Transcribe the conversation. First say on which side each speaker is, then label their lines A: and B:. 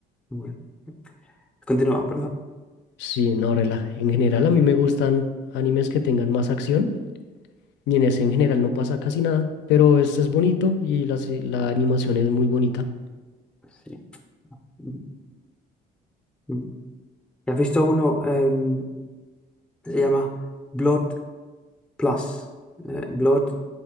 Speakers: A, in the centre; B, on the left.
A: bueno. Continúa, perdón.
B: Sí, no, rela. En general a mí me gustan animes que tengan más acción y en ese en general no pasa casi nada, pero es, es bonito y la, ci- la animación es muy bonita.
A: Sí. Ujú. Mm. ¿Y has visto uno? em, se llama Blood Plus. eh, Blood